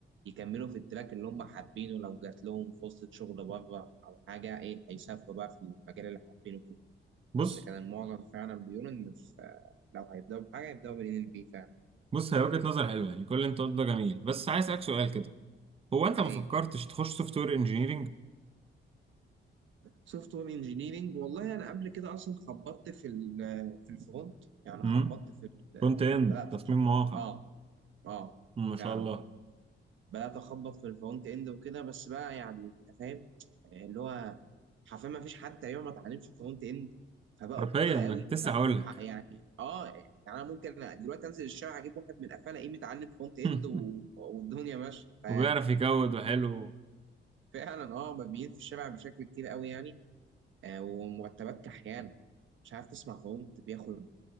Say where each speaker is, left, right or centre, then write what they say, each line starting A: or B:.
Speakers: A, on the right; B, on the right.
A: يكملوا في التراك اللي هم حابينه لو جات لهم فرصه شغل بره او حاجه ايه هيسافروا بقى في المجال اللي حابينه كده
B: بص
A: بس كان المعظم فعلا بيقولوا ان في آه، لو هيبداوا بحاجه هيبداوا بالان ال بي فعلا
B: بص هي وجهة نظر حلوة يعني كل اللي انت قلته ده جميل بس عايز اسالك سؤال كده هو انت
A: ليه
B: ما فكرتش تخش سوفت وير انجينيرنج؟
A: سوفت وير انجينيرنج والله انا قبل كده اصلا خبطت في ال- في الفرونت يعني
B: امم
A: خبطت في ال-
B: فرونت اند
A: بدات
B: تصميم
A: اخبط
B: مواقع
A: اه اه
B: مم، ما
A: فعلا
B: شاء الله
A: اه بدات اخبط في الفرونت اند وكده بس بقى يعني انت فاهم آه، اللي هو حرفيا ما فيش حد تقريبا ما اتعلمش فرونت اند فبقوا
B: حرفيا
A: كتار قوي
B: انا كنت لسه هقول لك
A: يعني اه يعني انا ممكن دلوقتي انزل الشارع اجيب واحد من قفاه الاقيه متعلم فرونت اند
B: <laughs>
A: و- والدنيا ماشيه
B: وبيعرف يكود وحلو
A: ففعلا اه مرميين في الشارع بشكل كتير قوي يعني آه ومرتبات كحيانه مش عارف تسمع فرونت بياخد